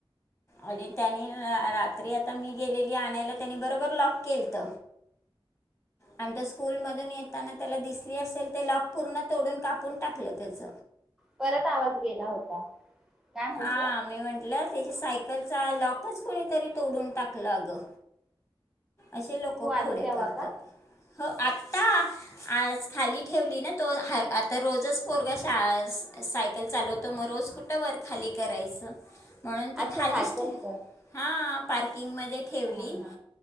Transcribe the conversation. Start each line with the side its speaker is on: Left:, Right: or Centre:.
Left: आणि त्यानी रात्री आता मी गेलेली आणायला त्यानी बरोबर लॉक केलत आणि स्कूलमधून ये त्यानं त्याला दिसली असेल ते लॉक पूर्ण तोडून, कापून टाकलं त्याच
Centre: परत आवाज गेला होता, काय म्हणते
Left: हां मी म्हटलं त्याची सायकलचा लॉकच कोणीतरी तोडून टाकलं अगं असे लोकं
Centre: तू
Left: खोड्या
Centre: आली तेव्हा
Left: करतात.
Centre: का
Left: हो आता आज खाली ठेवली ना तो हा आता रोजच पोरगा शाळा सा सायकल चालवतो मग रोज कुठं वर खाली करायचं म्हणून ती
Centre: अच्छा
Left: खालीच
Centre: सायकलच
Left: ठ हां पार्किंग म ठेवली
Centre: हा हा